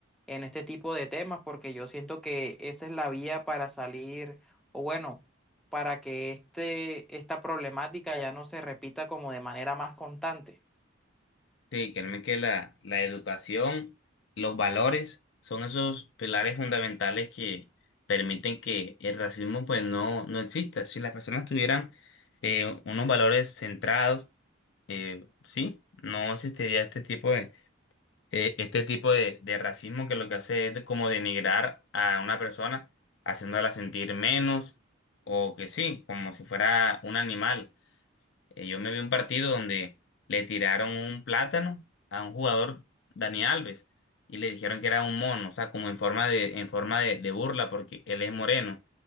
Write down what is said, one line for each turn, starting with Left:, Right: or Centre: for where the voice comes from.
Centre: en este tipo de temas porque yo siento que esa es la vía para salir o bueno, para que este, esta problemática ya no se repita como de manera más constante.
Left: Sí, créeme que la, la educación, los valores son esos pilares fundamentales que permiten que el racismo pues no, no exista. Si las personas tuvieran eh, unos valores centrados, eh, sí, no existiría este tipo de, eh, este tipo de, de racismo que lo que hace es de- como denigrar a una persona, haciéndola sentir menos o que sí, como si fuera un animal. Eh, yo me vi un partido donde le tiraron un plátano a un jugador, Dani Alves, y le dijeron que era un mono, o sea, como en forma de, en forma de, de burla, porque él es moreno.